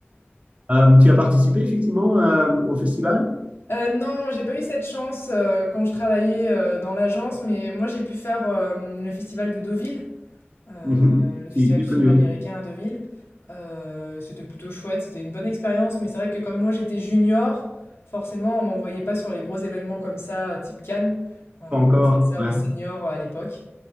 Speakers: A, on the right; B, on the left.
A: Euh, tu as participé effectivement euh, au festival?
B: Heu, non, j'ai pas eu cette chance, heu, quand je travaillais, heu, dans l'agence, mais moi j'ai pu faire, hem, le festival de Deauville. Heu,
A: Mhm.
B: le
A: Qui
B: festival
A: est bien
B: du
A: connu
B: film américain
A: aussi.
B: à Deauville. Heu, c'était plutôt chouette, c'était une bonne expérience, mais c'est vrai que comme moi j'étais junior, forcément on m'envoyait pas sur les gros événements comme ça, type Cannes. Heu, on
A: Pas Encore,
B: faisait ça
A: ouais.
B: aux seniors euh, à l'époque.